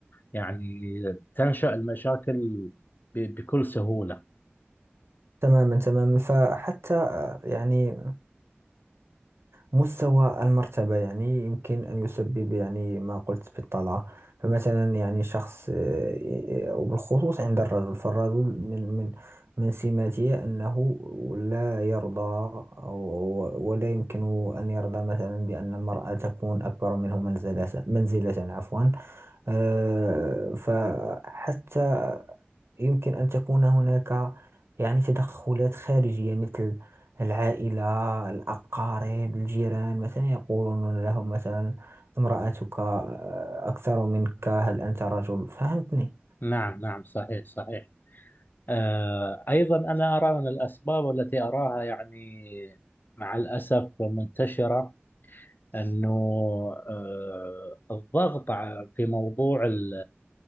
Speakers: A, on the left; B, on the right.
A: يعني تنشأ المشاكل ب- بكل سهولة
B: تماما تماما فحتى آه، يعني مستوى المرتبة يعني يمكن أن يسبب يعني ما قلت بالطلعة فمثلا يعني شخص آه، آه، وبالخصوص عند الرجل فالرجل من من من سماته أنه لا يرضى أو- ولا يمكن أن يرضى مثلا بأن المرأة تكون أكبر منه منزلة منزلة عفوا آه، فحتى يمكن أن تكون هناك يعني تدخلات خارجية مثل العائلة الأقارب الجيران مثلا يقولون لهم مثلا امرأتك آه، أكثر منك هل أنت رجل فهمتني
A: نعم نعم صحيح صحيح آه، أيضا أنا أرى من الأسباب التي أراها يعني مع الأسف منتشرة أنه آه، الضغط ع- في موضوع ال-